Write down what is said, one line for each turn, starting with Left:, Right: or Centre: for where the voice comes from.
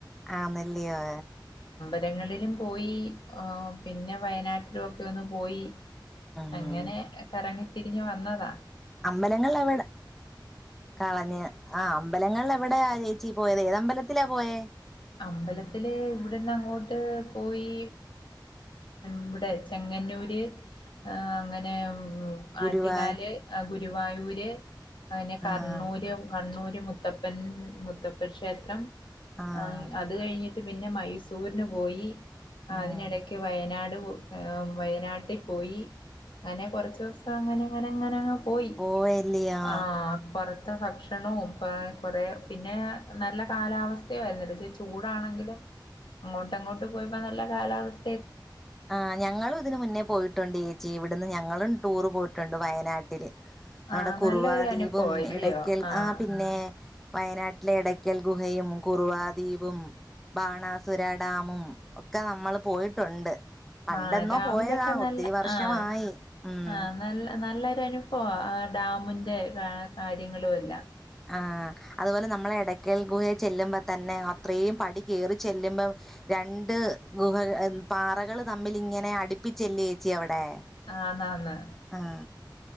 Centre: ആന്നെല്ലിയോ
Left: സ്ഥലങ്ങളിലും പോയി ആ പിന്നെ വയനാട്ടിലും ഒക്കെ ഒന്ന് പോയി
Centre: ഉം
Left: അങ്ങനെ കറങ്ങി തിരിഞ്ഞ് വന്ന വന്നത
Centre: അമ്പലങ്ങളിൽ എവിട കളഞ്ഞ ആ അമ്പലങ്ങളിൽ എവിടെ ആ ചേച്ചി പോയത് ഏതമ്പല ത്തിലാ പോയേ
Left: അമ്പലത്തില് ഇവിടെന്ന് അങ്ങോട്ട് പോയി ഇവിടെ ചെങ്ങന്നൂര് അങ്ങനെ
Centre: ഗുരുവായ
Left: ആറ്റൂകാല് ഗുരുവായൂര് അങ്ങനെ കണ്ണൂരും
Centre: ആഹ്
Left: കണ്ണൂരും മു മുത്തപ്പൻ മുത്തപ്പ ക്ഷേത്രം
Centre: ആഹ്
Left: ആ അത് കഴിഞ്ഞി പിന്നെ മൈസൂറിന് പോയി
Centre: ഉം
Left: അതിനിടക്ക് വയനാടും വയനാട്ടിൽ പോയി അങ്ങനെ കൊറച്ച് ദിവസം അങ്ങനങ്ങനങ്ങ പോയി
Centre: പോയല്ലിയോ
Left: ആ പുറത്തെ ഭക്ഷ <unintelligible> കുറെ പിന്നെ നല്ല കാലാവസ്ഥ <unintelligible> ചൂടാണെങ്കിലും അങ്ങോട്ട് അങ്ങോട്ട് പോയപ്പോ നല്ല കാലാവസ്ഥ
Centre: ആഹ് ഞങ്ങള് ഇതിന് മുന്നേ പോയിട്ടുണ്ട് ചേച്ചി ഇവിടുന്ന് ഞങ്ങളും ടൂറ് പോയിട്ടുണ്ട് വയനാട്ടിൽ നമ്മടെ
Left: ആഹ്
Centre: കുറുവാ
Left: നല്ലൊരു
Centre: ദ്വീപും
Left: അനുഭവ ഇല്ലയോ
Centre: ഇടയ്ക്കൽ
Left: ആഹ്
Centre: ആ പിന്നെ വയനാട്ടിലെ ഇടയ്ക്കൽ ഗുഹയും കുറുവാ ദ്വീപും ബാണാസുര ഡാമും ഒക്കെ നമ്മള് പോയിട്ടുണ്ട് പണ്ടെന്നോ
Left: ആഹ് ഡാമിലൊക്കെ
Centre: പോയതാ
Left: നല്ല
Centre: ഒത്തിരി വർഷമായി
Left: ആഹ്
Centre: ഉം
Left: ആഹ് നല്ല നല്ല ചിലപ്പോ ഡാമിന്റെ കാര്യങ്ങളും ആല്ല
Centre: ആഹ് അതുപോലെ നമ്മൾ ഇടയ്ക്കൽ ഗുഹയിൽ ചെല്ലുമ്പോൾ തന്നെ അത്രയും പടി കയറി ചെല്ലുമ്പോൾ രണ്ട് ഗുഹ പാറകൾ തമ്മിലിങ്ങനെ അടുപ്പിച്ചല്ലെ ചേച്ചി അവിടെ
Left: ആഹ് ന്ന് ആഹ് ന്ന്
Centre: ആ